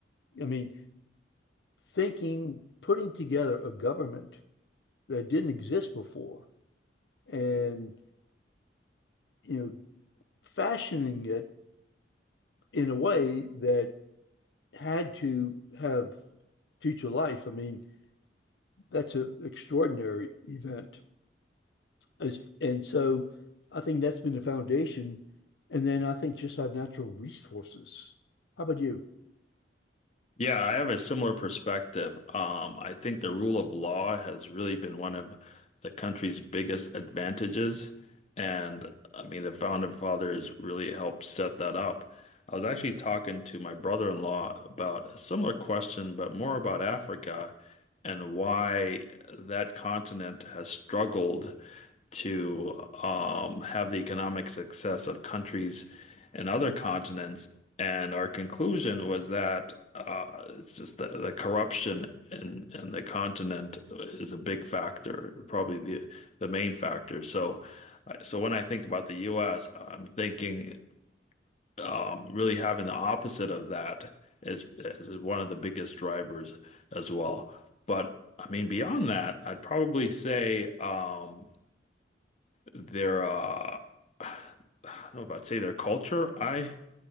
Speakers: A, on the left; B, on the left.
A: I mean, thinking, putting together a government that didn't exist before, and you know, fashioning it in a way that had to have future life. I mean, that's an extraordinary event. As, and so I think that's been the foundation. And then I think just our natural resources. How about you?
B: Yeah, I have a similar perspective. Um, I think the rule of law has really been one of the country's biggest advantages. And I mean, the founding fathers really helped set that up. I was actually talking to my brother-in-law about a similar question, but more about Africa and why that continent has struggled to um, have the economic success of countries and other continents. And our conclusion was that uh, it's just the, the corruption in, in the continent is a big factor, probably the the main factor. So, I- so when I think about the U.S., I'm thinking um, really having the opposite of that is is one of the biggest drivers as well. But I mean, beyond that, I'd probably say um, their uh <sighs> I don't know if I'd say their culture. I